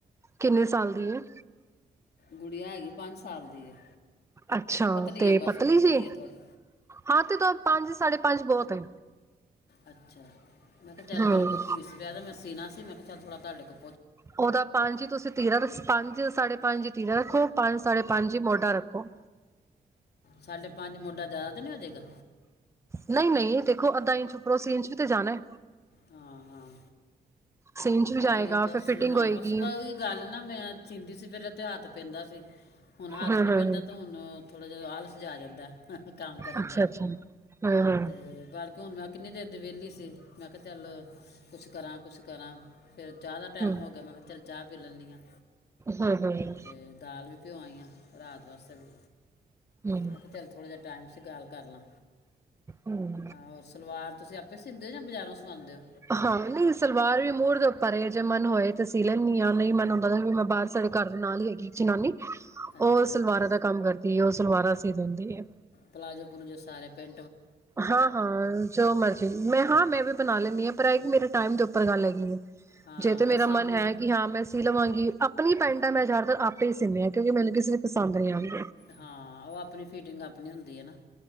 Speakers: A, on the right (about 15°); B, on the left (about 75°).
A: ਕਿੰਨੇ ਸਾਲ ਦੀ ਐ।
B: ਗੁੜੀਆ ਹੈਗੀ ਪੰਜ ਸਾਲ ਦੀ ਹੈ।
A: ਅੱਛਾ
B: ਪਤਲੀ
A: ਤੇ
B: ਹੈ ਬਸ
A: ਪਤਲੀ
B: ਉਹ
A: ਜੀ
B: ਹੈ ਥੋੜੀ
A: ਹਾਂ ਤੇ ਤ ਪੰਜ ਸਾਢੇ ਪੰਜ ਬਹੁਤ ਐ।
B: ਅੱਛਾ, ਮੈਂ ਕਿਹਾ ਜਲ
A: ਹਮ
B: ਮੇਰੇ ਕੋਲ ਪੀਸ ਪਿਆ ਤੇ ਮੈਂ ਸੀਣਾ ਸੀ। ਤੇ ਮੈਂ ਕਿਹਾ ਚਲ ਥੋੜਾ ਘੱਟ ਕਰੋ।
A: ਉਹਦਾ ਪੰਜ ਹੀ ਤੁਸੀਂ ਤੀਰਾ ਦੱਸਿਆ। ਪੰਜ ਸਾਢੇ ਪੰਜ ਤੀਰਾ ਰੱਖੋ, ਪੰਜ ਸਾਢੇ ਪੰਜ ਹੀ ਮੋਢਾ ਰੱਖੋ।
B: ਸਾਡੇ, ਪੰਜ ਮੋਢਾ ਜ਼ਿਆਦਾ ਤਾਂ ਨੀ ਹੋ ਜੇਗਾ।
A: ਨਹੀਂ, ਨਹੀਂ ਦੇਖੋ ਅੱਧਾ ਇੰਚ ਉੱਪਰੋਂ ਸੀਨ ਚ ਵੀ ਤੇ ਜਾਣਾ।
B: ਹਾਂ, ਹਾਂ।
A: ਸੀ ਇੰਚ ਵੀ ਜਾਏਗਾ
B: ਆਹੋ ਹੀ ਬਸ
A: ਫਿਰ ਫਿਟਿੰਗ
B: ਹਾਂ
A: ਹੋਏਗੀ
B: ਬਸ ਉਹੀ ਗੱਲ ਨਾ ਮੈਂ ਚੀਂਦੀ ਸੀ, ਪਹਿਲਾਂ ਤੇ ਹੱਥ ਪੈਂਦਾ ਸੀ ਹੁਣ ਹੱਥ
A: ਹਮ
B: ਨੀ
A: ਹਮ
B: ਪੈਂਦਾ ਤੇ ਹੁਣ। ਥੋੜ੍ਹਾ ਜਿਹਾ ਆਲਸ ਜਾ ਆ ਜਾਂਦਾ। ਕੰਮ ਕਰਨ
A: ਅੱਛਾ
B: ਦਾ
A: ਅੱਛਾ ਹਮ ਹਮ
B: ਤੇ ਬਰ ਕਿ ਹੁਣ ਮੈਂ ਕਿੰਨੀ ਦੇਰ ਦੀ ਵਿਹਲੀ ਸੀ ਮੈਂ ਚੱਲ ਕੁਛ ਕਰਾਂ, ਕੁਛ ਕਰਾਂ ਫਿਰ ਜ਼ਿਆਦਾ ਟਾਈਮ
A: ਹਮ
B: ਹੋ ਗਿਆ, ਮੈਂ ਕਿਹਾ ਚੱਲ ਚਾਹ ਪੀ ਲੈਂਦੀ ਆਂ।
A: ਹਮ ਹਮ
B: ਤੇ ਦਾਲ ਵੀ ਭਿਉਂ ਆਈ ਆ ਰਾਤ ਵਾਸਤੇ ਵੀ
A: ਹਮ
B: ਮੈਂ ਕਿਹਾ ਚੱਲ ਥੋੜਾ ਜਿਹਾ ਟਾਈਮ ਸੀ ਗੱਲ ਕਰਲਾਂ।
A: ਹਮ
B: ਆਹੋ ਸਲਵਾਰ ਤੁਸੀਂ ਆਪੇ ਸੀ ਜਾਂ ਬਜ਼ਾਰੋਂ ਸੀਂ ਸਬਾਉਂਦੇ ਔ।
A: ਹਾਂ ਨਹੀਂ ਸਲਵਾਰ ਵੀ ਮੂਡ ਦੇ ਉੱਪਰ ਜੇ ਮਨ ਹੋਏ, ਤੇ ਸੀਅ ਲੈਂਨੀ ਆਂ ਨਹੀਂ ਮਨ ਹੁੰਦਾ ਵੀ ਮੈਂ ਬਾਹਰ ਸਾਡੇ ਘਰ ਦੇ ਨਾਲ ਹੀ ਹੈਗੀ ਇਕ ਜਨਾਨੀ
B: ਅੱਛਾ
A: ਉਹ
B: ਅੱਛਾ
A: ਸਲਵਾਰਾਂ ਦਾ ਕੰਮ ਕਰਦੀ ਐ ਉਸ ਸਲਵਾਰਾਂ ਸੀਅ ਦਿੰਦੀ ਐ।
B: ਪਲਾਜ਼ੋ ਪਲੂਜੋ ਸਾਰੇ ਪਿੰ
A: ਹਾਂ-ਹਾਂ ਜੋ ਮਰਜੀ ਮੈਂ ਹਾਂ ਮੈਂ ਵੀ ਬਣਾ ਲੈਂਨੀ ਹਾਂ, ਪਰ ਇਹ ਕਿ ਮੇਰੇ ਟਾਈਮ ਦੇ ਉੱਪਰ ਗੱਲ ਹੈਗੀ ਹੈ।
B: ਹਾਂ
A: ਜੇ ਤੇ
B: ਬਸ
A: ਮੇਰਾ
B: ਸਭ
A: ਮਨ
B: ਨੂੰ
A: ਹੈ ਕਿ ਹਾਂ ਮੈਂ ਸੀਅ ਲਵਾਂਗੀ, ਆਪਣੀ ਪੈਂਟਾਂ ਮੈਂ ਜਾ ਆਪੇ ਹੀ ਸੀਮੇ ਐ ਕਿਉਂਕਿ ਮੈਨੂੰ ਕਿਸੇ ਪਸੰਦ ਨਹੀਂ ਆਉਂਦੇ।
B: ਹਾਂ, ਉਹ ਆਪਣੀ ਫਿਟਿੰਗ ਆਪਣੀ ਹੁੰਦ ਦੀ ਐ ਨਾ।